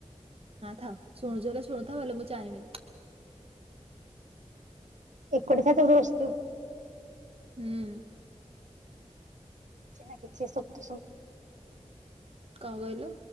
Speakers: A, on the right; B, on the right.
A: ନା ଥାଉ ଶୁଣୁଛି ହେଲେ ଶୁଣୁଥାଉ ହେଲେ ମୁଁ ଚାହିଁବିନି।
B: <unintelligible> ତ ବସଚୁ।
A: ହୁଁ।
B: କିଛି ନା କିଛି ସବ ତ ସବୁ।
A: କଣ କହିଲୁ?